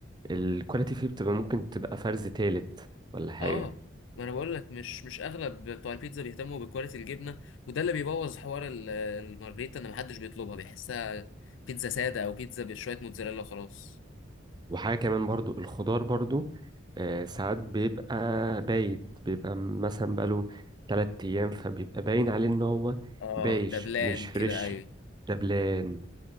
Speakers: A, on the right; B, on the left.
A: الكواليتي فيه بتبقى ممكن تبقى فرز تالت ولا حاجه
B: اه ما انا بقول لك مش مش اغلب بتوع البيتزا بيهتموا بكواليتي الجبنه وده اللي بيبوظ حوار ال- المارجريتا ان محدش بيطلبها بيحسها بيتزا ساده او بيتزا بشويه موتزاريلا وخلاص
A: وحاجه كمان برضو الخضار برضو آه، ساعات بيبقى بايت بيبقى مثلا بقاله تلات ايام فبيبقى باين عليه ان هو
B: اه
A: بايش
B: دبلان
A: مش فريش
B: كده ايوه
A: دبلان